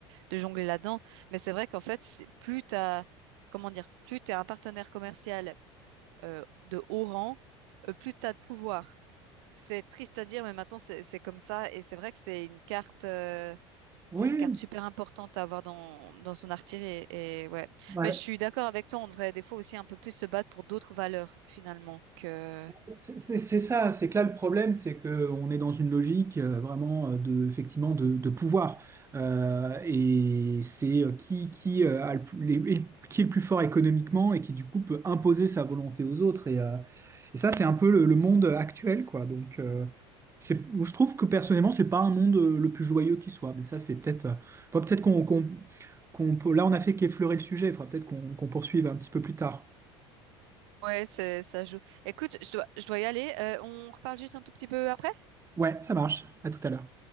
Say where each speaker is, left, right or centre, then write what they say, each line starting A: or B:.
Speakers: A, on the right; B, on the right.
A: de jongler là-dedans. Mais c'est vrai qu'en fait, c'est- plus t'as, comment dire, plus t'es un partenaire commercial euh, de haut rang, euh, plus t'as de pouvoir. C'est triste à dire, mais maintenant c'est c'est comme ça. Et c'est vrai que c'est une carte. euh,
B: Oui,
A: c'est une carte super importante à avoir dans, dans son artillerie. Et, et ouais.
B: ouais.
A: Mais je suis d'accord avec toi, on devrait des fois aussi un peu plus se battre pour d'autres valeurs, finalement, que...
B: C'est c'est- ça, c'est que là le problème, c'est que on est dans une logique euh, vraiment euh, de effectivement de, de pouvoir Euh, et c'est euh, qui qui euh, a le, plus- les- les- qui est le plus fort économiquement et qui du coup peut imposer sa volonté aux autres et euh, et ça c'est un peu le, le monde actuel quoi donc euh, c'est- je trouve que personnellement c'est pas un monde euh, le plus joyeux qui soit mais ça c'est peut-être euh, faut peut-être qu'on qu'on qu'on peut- là on a fait qu'effleurer le sujet, il faudra peut-être qu'on qu'on poursuive un petit peu plus tard.
A: Ouais, c'est, ça joue. Écoute, je dois, je dois y aller. Euh, on reparle juste un tout petit peu après?
B: Ouais, ça marche. À tout à l'heure.